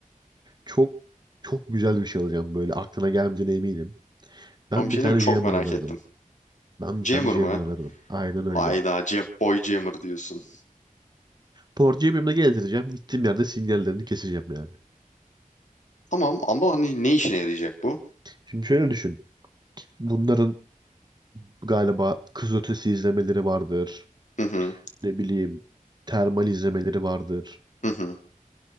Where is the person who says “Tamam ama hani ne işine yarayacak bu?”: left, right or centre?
Left